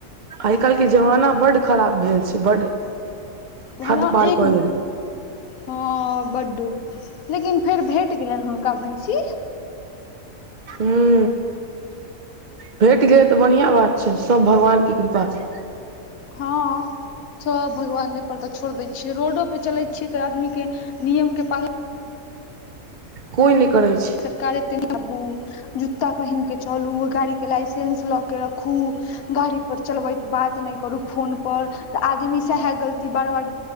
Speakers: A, on the right (about 65°); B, on the left (about 85°).
A: आइ काल्हिके जमाना बड्ड खराब भेल छै बड्ड
B: भला
A: हद पार
B: एक
A: कऽ गेल
B: हं बड्ड, लेकिन फेर भेट गेलनि हुनका भैंसी
A: हुं, भेट गेल त बढ़िया बात छय सब भगवानके कृपा छय।
B: हं सब भगवाने पर त छोड़ि दै छियै, रोडो पर चलै छीयै त आदमी के नियम के पालन
A: कोइ नै करय छै
B: सरका <unintelligible> रे संगे चारु, जुता पहिन के चलु गाड़ी के लाइसेंस ल के रखु गाड़ी पर चलबैत बात नै करु फोन पर त आदमी सैहे गलती बार बार